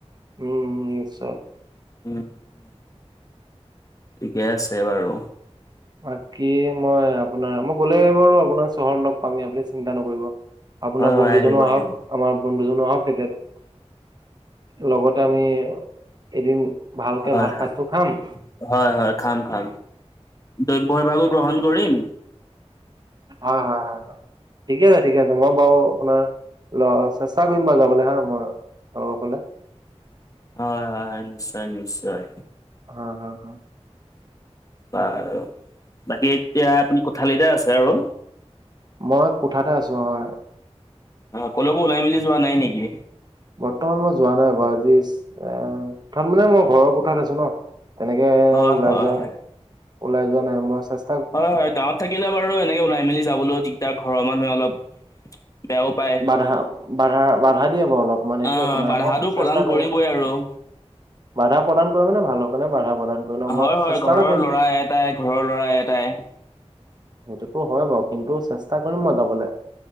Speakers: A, on the right (about 40°); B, on the left (about 30°).
A: উম, চব
B: উম, উম, ঠিকে আছে বাৰু
A: বাকী মই আপোনাৰ মই গ'লে বাৰু আপোনাৰ চহৰত লগ পামেই আপুনি চিন্তা নকৰিব আপোনাৰ
B: হয় হয়
A: বন্ধুজনো
B: আহিব আহিব
A: আহক আমাৰ বন্ধু জনো আহক তেতি লগতে আমি এদিন ভালকে
B: হয়
A: ভাত
B: হয়
A: সাজটো খাম
B: হয় হয় খাম খাম দ্ৰব্য এভাগো গ্ৰহণ কৰিম
A: হয়। হয়। হয়। হয় ঠিকে ঠিকে ময় বাৰু কলে ল চেষ্টা কৰিম বাৰু যাবলে হা মই অ অকলে
B: হয়। হয়। হয়। নিশ্চয় নিশ্চয়
A: হ হা হা
B: বাৰু বাকী এতিয়া আপুনি কোঠালিতে আছে আৰু
A: মই কোঠাতে আছো অহ
B: অ', কলৈকো ওলাই মেলি যোৱা নাই নেকি?
A: বৰ্তমান মই যোৱা নাই বাও আজিচোন এ কোঠাত মানে মই ঘৰৰ কোঠাত আছো ন তেনেকে
B: হয়
A: ওলাই
B: হয়
A: যোৱা
B: হয়।
A: ওলাই যোৱা নাই। মই চেচ
B: হয়। হয়। গাঁৱত থাকিলে বাৰু এনেকে ওলাই মেলি যাবলৈও দিগদাৰ ঘৰৰ মানুহে অলপ বেয়াও পায়।
A: বাধা, বাধা, বাধা, দিয়ে বাৰু অলপ মান এইটো
B: আহ
A: একো নাই।
B: বাধাটো
A: মই চেষ্টা
B: প্ৰদান
A: কৰিম
B: কৰিবই আৰু
A: বাধা প্ৰদান কৰে মানে ভালৰ কাৰণে বাধা প্ৰদান কৰি ন
B: হয়।
A: মই
B: হয়।
A: চেষ্টা
B: ঘৰৰ
A: এটা কৰিম।
B: ল'ৰা এটাই ঘৰৰ ল'ৰা এটাই
A: সেইটোতো হয় বাৰু কিন্তু চেষ্টা কৰিম মই যাবলে